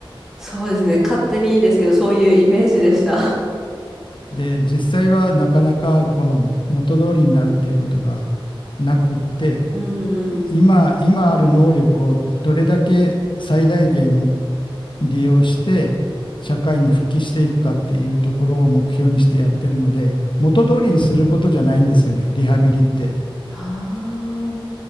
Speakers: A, in the centre; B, on the left.
A: そうですね。勝手にいいですけど、そういうイメージでした。
B: で実際はなかなかこの元通りになるっていうことがなくって
A: うんうん。
B: 今今ある能力をどれだけ最大限利用して社会に復帰していくかっていうところを目標にしてやってるので元通りにすることじゃないんですよねリハビリって。
A: ああ、